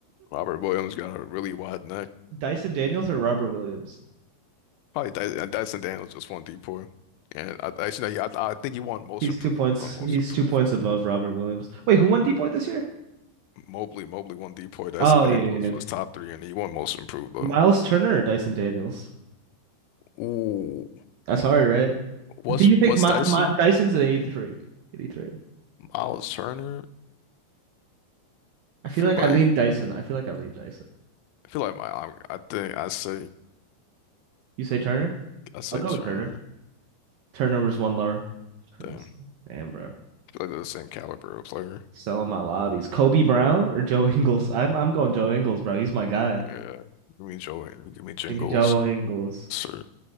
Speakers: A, on the left; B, on the right.
A: Robert Williams got a really wide neck.
B: <laughs> Dyson Daniels or Robert Williams?
A: Probably Dy- and Dyson Daniels just won D4. And I actually, yeah, I, I think he won most
B: He's
A: improved,
B: two points.
A: won most
B: He's
A: improved.
B: two points above Robert Williams. Wait, who won D Boy this year?
A: Mobley, Mobley won D4. Dyson
B: Oh
A: Daniels
B: yeah, yeah.
A: was
B: yeah.
A: top three, and he won most improved though.
B: Miles Turner or Dyson Daniels?
A: Ooh,
B: That's hard, right?
A: what's
B: Do you think
A: what's
B: my,
A: Dyson?
B: my Dyson's an 83? 83.
A: Miles Turner?
B: I
A: I
B: feel
A: feel
B: like
A: like
B: I lean Dyson. I feel like I lean Dyson.
A: I feel like my I, I think I say
B: You say Turner?
A: I say
B: I'll go
A: Turner.
B: with Turner. Turner was one lower. Turner
A: Damn,
B: was
A: I feel
B: damn, bro.
A: like they're the same caliber of player.
B: Selling my lobbies. Kobe Brown or Joe <laughs> Ingles? I'm I'm going Joe Ingles, bro. He's my guy.
A: Yeah, give me Joe, give me Jingles.
B: Give me Joe Ingles.
A: Sir,